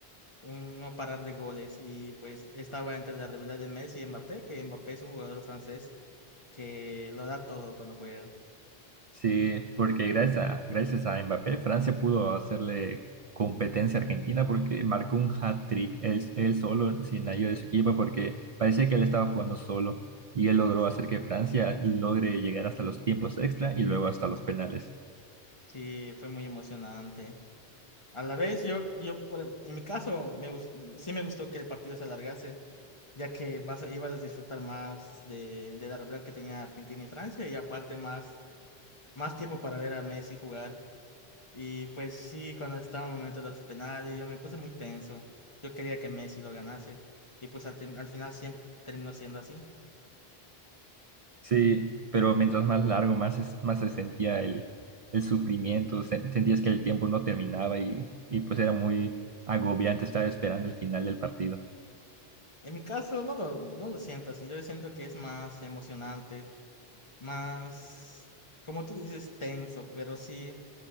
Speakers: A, on the left; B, on the right.
A: un no parar de goles. Y pues estaba entre la rivalidad de Messi y Mbappé, que Mbappé es un jugador francés que lo da todo cuando juega.
B: Sí, porque gracias a, gracias a Mbappé, Francia pudo hacerle competencia a Argentina porque marcó un hat-trick él, él solo, sin ayuda de su equipo, porque parecía que él estaba jugando solo y él logró hacer que Francia logre llegar hasta los tiempos extra y luego hasta los penales.
A: Sí, fue muy emocionante. A la vez, yo, yo por, e- en mi caso, me gus- sí me gustó que el partido se alargase, ya que vas a- ibas a disfrutar más de, de la rivalidad que tenía Argentina y Francia, y aparte más, más tiempo para ver a Messi jugar. Y pues sí, cuando estaba en el momento de los penales, yo me puse muy tenso. Yo quería que Messi lo ganase, y pues al, tem- al final siempre terminó siendo así.
B: Sí, pero mientras más largo, más, es- más se sentía el, el sufrimiento, se- sentías que el tiempo no terminaba y, y pues era muy agobiante estar esperando el final del partido.
A: En mi caso, no lo, no lo siento así, yo siento que es más emocionante más, como tú dices, tenso, pero sí,